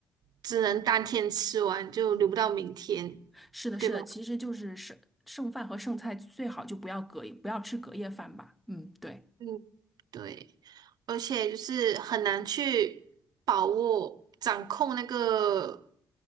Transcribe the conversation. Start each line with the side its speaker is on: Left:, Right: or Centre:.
Right: 只能当天吃完，就留不到明天，
Centre: 是的，是的，
Right: 对吧？
Centre: 其实就是剩剩饭和剩菜最好就不要隔夜，不要吃隔夜饭吧。嗯，对
Right: 嗯，对，而且就是很难去把握、掌控那个